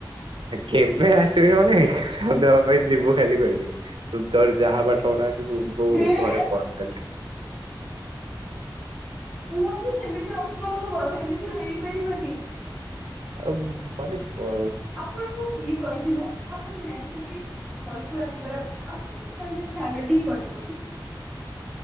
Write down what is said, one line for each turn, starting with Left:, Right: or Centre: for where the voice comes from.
Right: କେବେ <unintelligible> ମାନେ <unintelligible> ପାଇଁ ଯିବୁ ଖାଲି କହିଲେ। ତୁ ତୋର ଯାହା ପାଠପଢ଼ା ଅଛି ତୁ <unintelligible>
Centre: ହେଁ
Right: ଘରେ ପଢ <unintelligible>
Centre: କୁହନ୍ତୁ ସେମିତି ଅସମ୍ଭବ, ସେମିତି ହେଇପାରିବନି।
Right: ଆଉ ମାନେ ଅ
Centre: ଆପଣଙ୍କୁ କିଏ କହିଥିଲା, ଆପଣ ଜାଣିଚନ୍ତି ଘରୁକୁ ଆସିବାର <unintelligible> କିଏ କହିଲେ କଣ୍ଡଟି କରିବାକୁ?